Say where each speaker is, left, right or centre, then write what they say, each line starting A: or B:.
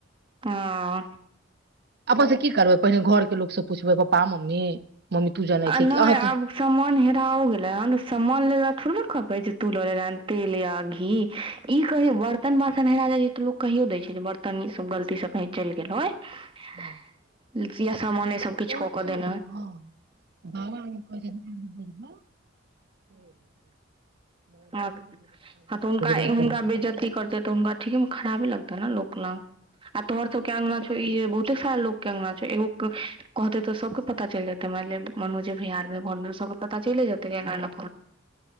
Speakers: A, on the right; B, on the right.
A: हँ
B: अपन से की करबै पहिने घर के लोक सब पुछबै पपा मम्मी मम्मी तू जनै
A: आ
B: छै कि
A: नई
B: अहाँके
A: आब समान हेराओ गेलै हन सामान लेला थोरबे तू ल लेले तेल या घी ई कहियो बर्तन बासन हेरा जाय छै तो लोक कहियो देय छै बर्तन ई सब गलती सब कही चलि गेल होय
B: हँ
A: सामाने
B: तऽ
A: सभ किछु
B: घर
A: क के
B: केओ-
A: देने
B: हँ, बाबा कहाइ छथिन
A: ह तऽ हुनका
B: नहि
A: हुनका
B: करबै
A: बेजती करते तऽ हुनका ठीके म खराबे लगतै त नइ लोक लंग आ तहर सब के अंगना ई बहुते सारा लोक के अंगना छै एगो कहते तऽ सबके पता चलि जेतै मायन ले मनजे भैया अर के घर मे सबके पता चलै जेतै जे एना एना